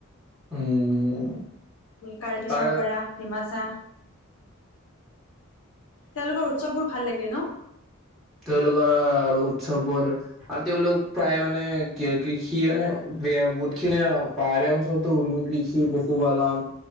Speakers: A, in the centre; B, on the left (about 80°).
A: উম
B: কাৰ্বি
A: তাৰে
B: চাব পাৰা ডিমাছা। তেওঁলোকৰ উৎসৱবোৰ ভাল লাগে ন।
A: তেওঁলোকৰ আৰু উৎসৱবোৰ আৰু তেওঁলোক প্ৰায় মানে কি কৃষি মানে বেয়া বহুত খিনি পায়। অঞ্চলোটো কৃষি পশুপালন